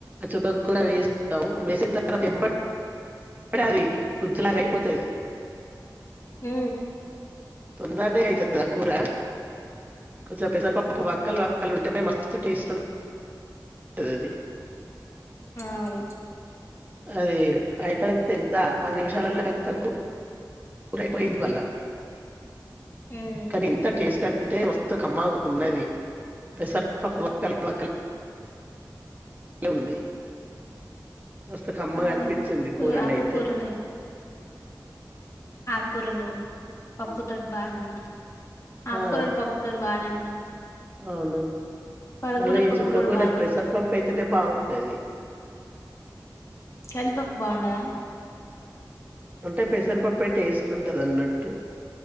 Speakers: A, on the right; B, on the left.
A: చుక్కకూర వేస్తాం వేసిన తర్వాత ఎంబ <unintelligible> అది గుజ్జు లాగా అయిపోతది
B: ఊ
A: తొందరనే అయితది ఆ కూర కొంచెం వక్కల్ వక్కల్ ఉంటెనే మస్ స్తు టేస్ట్ ఉం <inaudible> టది అది
B: అవును
A: అదీ అయిత తెంత పది నిమిషాలల్ల కతం కు పొయింది మళ్ళ
B: హ్మ్
A: కానీ ఇంత టేస్ట్ అంటే మస్తు కమ్మగ ఉన్నది పెసర్పప్పు వక్కల్ వక్కల్ లున్నయ్ మస్తు కమ్మగా
B: అవును
A: అనిపిచ్చింది కూరనైతే
B: ఆకుకూరలు ఆక్కూరలు పప్పు తోట్ బానే ఉంట, అక్కూరలు
A: ఆ,
B: పప్పుతోట్ బానే ఉన్.
A: అవును
B: పాలకూర
A: మళ్ళ ఈ
B: పప్పు
A: చుక్క
B: కూడా
A: కూరకు
B: బానే
A: పెసరపప్పు
B: ఉంటది
A: అయితేనే బావుంటది.
B: కంద్పప్ బాగుండదా
A: ఉంటే పెసరపప్పే టేస్ట్ ఉంటదన్నట్టు